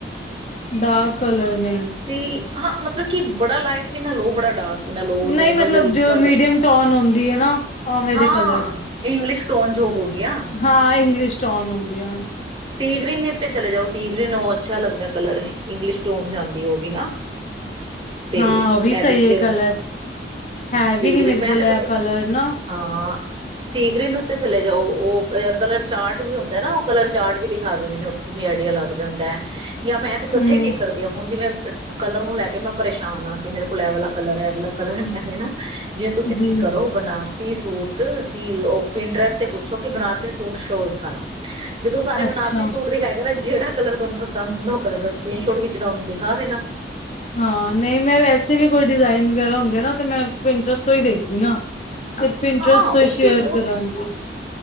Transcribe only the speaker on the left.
ਡਾਰਕ ਕਲਰ ਨਹੀ।
ਨਹੀਂ ਮਤਲਬ
ਜੋ
ਮੀਡੀਅਮ ਟੋਨ ਹੁੰਦੀ ਹੈ ਨਾ ਉਵੇਂ
ਦੇ ਕਲਰਸ
ਹਾਂ, ਇੰਗਲਿਸ਼ ਟੌਨ ਹੁੰਦੀਆ।
ਹਾਂ ਉਹ ਵੀ ਸਹੀ
ਹੈ ਕਲਰ ਹੈ
ਵੀ ਨੀ
ਮੇਰੇ
ਕੋਲ
ਇਹ ਕਲਰ ਨਾ
ਹਮ
ਜੀ
ਅੱਛਾ
ਹਾਂ, ਨਹੀਂ ਮੈਂ ਵੈਸੇ ਵੀ ਕੋਈ ਡਿਜ਼ਾਇਨ ਵਗੈਰਾ ਹੁੰਦੇ ਆ ਨਾ ਤਾਂ ਮੈਂ ਪਿਨਡਰੈਸ ਤੋਂ ਈ ਦੇਖਦੀ ਆ। ਪਿੰਨਡਰੈਸ
ਤੋਂ
ਸ਼ੇਅਰ
ਕਰਾਂਗੇ।